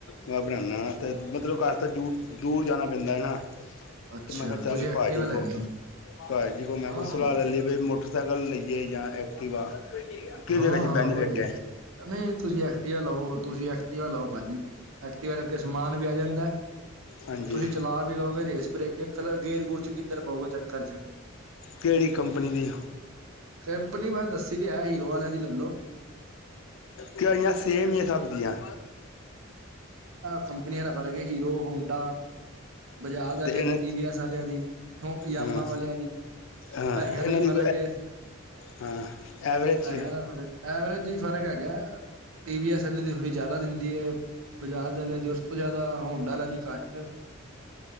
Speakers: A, on the left; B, on the right.
A: ਮੈਂ ਬਣਾਣਾ ਵਾਂ ਤੇ ਮਤਲਬ ਘਰ ਤਾਂ ਦੂਰ- ਦੂਰ ਜਾਣਾ ਪੈਂਦਾ ਨਾ।
B: ਅੱਛਾ
A: ਤੇ ਮੈਂ ਕਾ ਚੱਲ
B: ਤੁਸੀਂ ਐਕਟਿਵਾ
A: ਭਾਜੀ
B: ਲੈਣੀ
A: ਕੋਲ ਭਾਜੀ ਕੋਲ ਮੈਂ
B: ਹਾਂ
A: ਕੋਲ ਸਲਾਹ ਲੈ ਲਈ ਬੀ ਮੋਟਰ ਸੈਕਲ ਲਈਏ ਜਾਂ ਐਕਟੀਵਾ ਕਿਹਦੇ
B: ਹਾਂ-ਹਾਂ
A: ਵਿੱਚ ਬੈਨੀਫਿਟ
B: ਵਧੀਐ
A: ਹੈ
B: ਨਈ ਤੁਸੀਂ ਐਕਟਿਵਾ ਲੋ ਤੁਸੀਂ ਐਕਟਿਵਾ ਲੋ ਭਾਜੀ ਐਕਟੀਵਾ ਰ ਅੱਗੇ ਸਮਾਨ ਵੀ ਆ ਜਾਂਦਾ
A: ਹਾਂਜੀ
B: ਤੇ ਤੁਸੀਂ ਚਲਾ ਵੀ ਲਓਗੇ ਰੇਸ ਬ੍ਰੇਕ ਇੱਕ ਕਲਰ ਗੇਰ ਗੁਰ 'ਚ ਕਿੱਧਰ ਪਊਗਾ ਚੱਕਰ 'ਚ
A: ਕਿਹੜੀ ਕੰਪਨੀ ਦੀ
B: ਕਪਨੀ ਬਸ ਦੱਸੀ ਦੀ ਐ ਹੀਰੋ ਵਾਲਿਆਂ ਦੀ ਲੱਲ ਲੋ।
A: ਕਿ ਇਆਂ ਸੇਮ ਹੀ ਸਬਦੀਆ
B: ਕੰਪਨੀਆਂ ਦਾ ਫਰਕ ਹੈ ਹੀਰੋ ਹੋਂਡਾ ਬਜਾਜ ਵਾਲਿਆਂ
A: ਤੇ ਇਹਨਾਂ
B: ਦੀ ਟੀ ਵੀ ਐਸ ਆਲਿਆਂ ਦੀ। ਹੂੰ ਯਾਮਾਂ
A: ਹਾਂ
B: ਵਾਲਿਆਂ ਦੀ
A: ਹਾਂ
B: ਪੈਸਿਆਂ
A: ਤੇ ਇਹਨਾਂ
B: ਦਾ ਹੀ ਫ਼ਰਕ
A: ਦੀ
B: ਏ।
A: ਹਾਂ ਐਵਰੇਜ
B: ਪੈਸਿਆਂ ਦਾ ਫਰਕ ਐਵਰੇਜ ਵੀ ਫ਼ਰਕ ਹੈਗਾ ਟੀ ਵੀ ਐਸ ਐਲ ਦੀ ਥੋੜੀ ਜ਼ਿਆਦਾ ਦਿੰਦੀ ਏ। ਬਜਾਜ ਵਾਲਿਆਂ ਦੀ ਉਸ ਤੋਂ ਜਿਆਦਾ ਹੋਂਡ ਵਾਲਾ ਦੀ ਘੱਟ